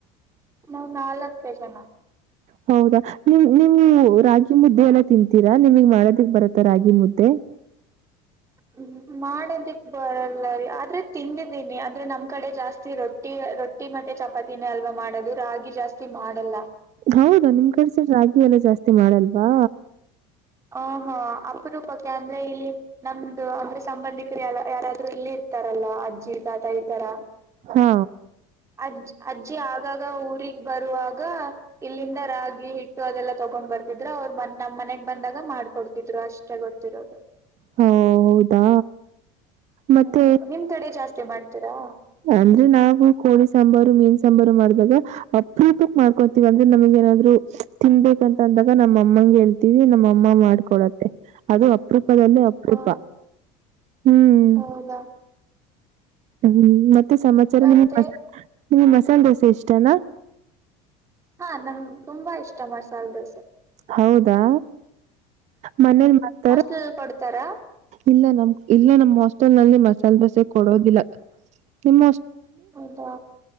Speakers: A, on the right; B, on the right.
A: ನಾವ್ ನಾಲ್ಕ ಜನ
B: ಹೌದಾ ನಿಮ ನೀವು ರಾಗಿ ಮುದ್ದೆ ಎಲ್ಲ ತಿಂತೀರಾ ನಿಮಗ್ ಮಾಡೋದಕ್ ಬರತ್ತ ರಾಗಿ ಮುದ್ದೆ <inaudible>
A: ಹ್ಮ ಮಾಡದಿಕ್ ಬರಲ್ಲ ರ ಆದ್ರೆ ತಿಂದಿದ್ದೀನಿ ಅಂದ್ರೆ ನಮ್ ಕಡೆ ಜಾಸ್ತಿ ರೊಟ್ಟಿ ರೊಟ್ಟಿ ಮತ್ತೆ ಚಪಾತಿನ ಅಲ್ವಾ ಮಾಡದು ರಾಗಿ ಜಾಸ್ತಿ ಮಾಡಲ್ಲ
B: ಹೌದಾ ನಿಮ್ ಕಡೆ ರಾಗಿ ಎಲ್ಲ ಜಾಸ್ತಿ ಮಾಡಲ್ವಾ
A: ಹ ಹಾ ಅಪ್ಪನೂಪಕ್ಕೆ ಅಂದ್ರೆ ಇಲ್ಲಿ ನಮ್ದು ಅಂದ್ರೆ ಸಂಬಂಧಿಕರು ಯ ಯಾರಾದ್ರರು ಇಲ್ಲಿ ಇರ್ತಾರಲ್ಲಾ ಅಜ್ಜಿ ತಾತ ಈ ತರ
B: ಹಾ
A: ಅಜ್ಜ್ ಅಜ್ಜಿ ಆಗಾಗ ಊಗ್ ಬರುವಾಗ ಇಲ್ಲಿಂದ ರಾಗಿ ಹಿಟ್ಟು ಅದೆಲ್ಲ ತಗೊಂಡ್ ಬರ್ತಾರೆ ದ್ರು ಅವ್ರು ಮ ನಮ್ಮ್ ಮನೆಗ್ ಬಂದಾಗ ಮಾಡ್ಕೊಡ್ತಿದ್ರು ಅಷ್ಟೇ ಗೊತ್ತಿರೋದು
B: ಹ ಹೌದಾ ಮತ್ತೆ
A: ಹ್ಮ್ ನಿಮ್ ಕಡೆ ಜಾಸ್ತಿ ಮಾಡ್ತೀರಾ
B: ಅಂದ್ರೆ ನಾವು ಕೋಳಿ ಸಾಂಬಾರು ಮೀನ್ ಸಾಂಬಾರು ಮಾಡ್ದಾಗ ಅಪರೂಪಕ್ ಮಾಡ್ಕೊತೀವ ಅಂದ್ರೆ ನಮಗೆ ಏನಾದ್ರು ತಿನ್ಬೇಕಂತ ಅಂದಾಗ ನಮ್ಮ ಅಮ್ಮಂಗ ಹೇಳ್ತಿದವಿ ನಮ್ಮಅಮ್ಮ ಮಾಡ್ಕೊಡತ್ತೆ ಅದು ಅಪರೂಪದಲ್ಲೇ ಅಪರೂಪ
A: ಹ
B: ಹ್ಮ್
A: ಹೌದಾ
B: ಹ್ಮ್ ಮತ್ತೆ ಸಮಾಚಾರ
A: ಮತ್ತೆ
B: ನಿಮ ಮ ನಿಮಗ್ ಮಸಾಲೆ ದೋಸೆ ಇಷ್ಟನಾ
A: ಹಾ ನಂಗೆ ತುಂಬಾ ಇಷ್ಟ ಮಸಾಲೆ ದೋಸೆ
B: ಹೌದಾ ಮನೇಲಿ
A: ಹ್ಮ್
B: ಮಾಡ್ತಾರ
A: ಹಾಸ್ಟೆಲಲ್ಲಿ ಕೊಡ್ತಾರಾ
B: ಇಲ್ಲ ನಮ್ಮ ಇಲ್ಲ ನಮ್ಮ್ ಹಾಸ್ಟೆಲ್ ನಲ್ಲಿ ಮಸಾಲೆ ದೋಸೆ ಕೊಡೋದಿಲ್ಲ ನಿಮ್ಮ
A: ಹೌದಾ